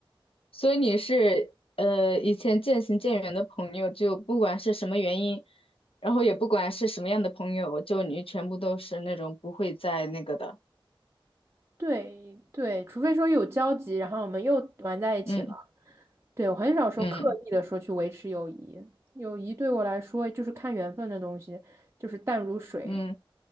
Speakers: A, on the left; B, on the right.
A: 所以你是呃以前渐行渐远的朋友，就不管是什么原因，然后也不管是什么样的朋友，就你全部都是那种不会再那个的。
B: 对对，除非说有交集，然后我们又玩在一起了。
A: 嗯
B: 对，我很少说刻意的说去维持友谊，
A: 嗯
B: 友谊对我来说就是看缘分的东西，就是淡如水。
A: 嗯